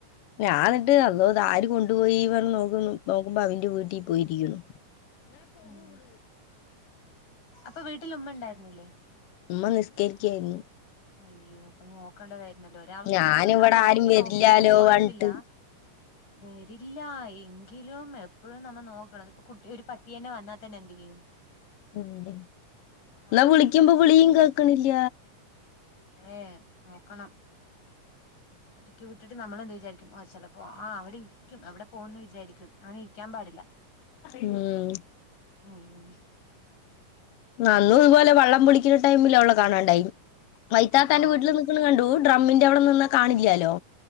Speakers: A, on the left (about 80°); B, on the left (about 65°).
A: ഞാ ഇന്നെട്ട് അള്ളോ ഇത് ആര് കൊണ്ടുപോയി പർൺ‌ നോക്കുന്നു നോക്കുമ്പോ അവന്റെ വീട്ടീ പോയിരിക്കുണു.
B: ഉം അപ്പ വീട്ടിൽ ഉമ്മ ഇണ്ടായിര്ന്നില്ലെ?
A: ഇമ്മ നിസ്കെരിക്കെര്ന്നു.
B: അയ്യോ അപ്പ നോക്കേണ്ടതായിര്ന്നല്ലോ ഒരാൾക്ക്
A: ഞാനിവിടെ
B: മേൽ ഒരാൾ ഇണ്ടെങ്കി
A: ആരും വരില്ലാലോ
B: നോക്കീലെങ്കിലും കൊഴ്പ്പ
A: പറഞ്ഞിട്ട്
B: ഇല്ല വെരില്ലാ എങ്കിലും എപ്പഴും നമ്മ നോക്കെണം ഇത്പ്പം കുട്ടി ഒര് പട്ടിയെന്നെ വന്നാതെന്നെ എന്ത് ചെയ്യും
A: <inaudible> ഇന്നാ
B: ആഹ്
A: വിളിക്ക്മ്പം
B: നമ്മള്
A: വിളിയും കേൾക്ക്ണ് ഇല്ല
B: ഏഹ് നോക്കണം ഒറ്റെക്ക് വി ട്ടിട്ട് നമ്മൾ എന്ത് വിചാരിക്കും ആഹ് ചെലപ്പോ ആഹ് അവ്ടെ ഇരിക്കും അവിടെ പോവുംന്ന് വിചാരിക്കും അങ്ങനെ ഇരിക്ക്യാൻ പാടില്ലാ
A: ഉം
B: ഉം
A: നന്നും ഇതുപോലെ വള്ളം ബുളിക്ക്‌ണ ടൈമില് അവളെ കാണാണ്ടായി മൈത്താത്താന്റെ
B: അതാ
A: വീട്ട്ൽ നി ക്ക്ണ് കണ്ടു ഡ്രമ്മിന്റെ അവ്ടെ നിന്നാ കാണില്ലാലോ